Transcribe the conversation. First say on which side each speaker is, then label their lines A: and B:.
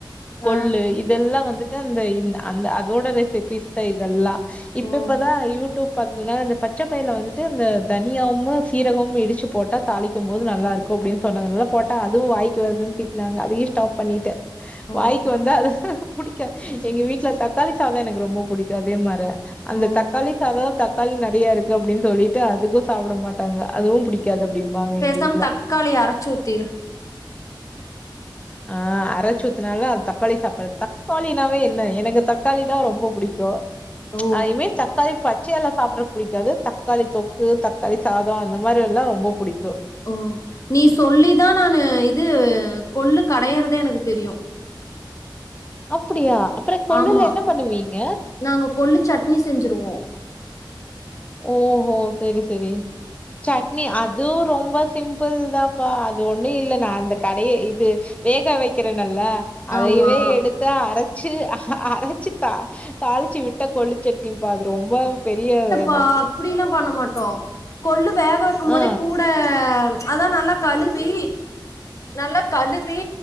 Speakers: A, on the left; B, on the left.
A: கொள்ளு
B: ஆ
A: இதெல்லாம் வந்து இந்த அந்த அந்த அதோட ரெசிபிஸ் தான் இதல்லாம் இப்ப
B: ஓ
A: இப்பதா யூடியூப் பாத்ததுனால இந்த பச்சபயிர்ல வந்துட்டு இந்த தனியாவுமும் சீரகமும் இடிச்சு போட்டா தாளிக்கும் போது நல்லா இருக்கும் அப்டின்னு சொன்னதுனால போட்டா அதுவும் வாய்க்கு வருதுன்னு திட்னாங்கன்னு அதையும் ஸ்டாப் பண்ணிட்டே
B: ஓ
A: வாய்க்கு வந்தா அது புடிக்காது எங்க வீட்ல தக்காளி சாதம் எனக்கு ரொம்ப புடிக்கும் அதே மாரே அந்த
B: ஓ
A: தக்காளி சாதம் தக்காளி நறைய இருக்கு அப்டின்னு சொல்லிட்டு அதுக்கும் சாப்பிட மாட்டாங்க அதுவும் புடிக் கக்காது அப்டின்பாங்க
B: பேசாம
A: எங்க வீட்ல
B: தக்காளி அரச்சு ஊத்திரு
A: அ அரச்சூத்தினாலும் தக்காளி சாப்பாடு தக்காளி என்ன எனக்கு தக்காளி தா ரொம்ப புடிக்கும்
B: ஓ
A: அதுவுமே தக்காளி பச்ச எல்லாம் சாப் புடிக்காது தக்காளி தொக்கு தக்காளி சாதம் அந்த மாரி எல்லா ரொம்ப புடிக்கும்
B: ஓ நீ சொல்லிதா நானு இது கொள்ளு கடையறதே எனக்கு தெரியும்
A: அப்டியா அப்பறம் கொள்ளுல
B: ஆமா
A: என்ன பண்ணுவீங்க
B: நாங்க கொள்ளு சட்னி செஞ்சுருவோம்
A: ஓ ஹோ செரி செரி சட்னி அதுவு ரொம்ப சிம் பிள் தாபா அது ஒண்ணு இல்ல நா அந்த கடைய இது வேக வக்கிறேன்ல்ல அதையவே
B: ஆமா
A: எடுத்து அரச்சு அரச்சு த தாளிச்சு விட்ட கொள்ளுச்சட்னி அப்ப அது ரொம்ப பெரிய வே
B: அப்டில்லாம் பண்ண மாட்டோம் கொள்ளு வேக வக்கும் போதே
A: ஆ,
B: கூட அதா நல்லா கழுவி நல்லா கழுவி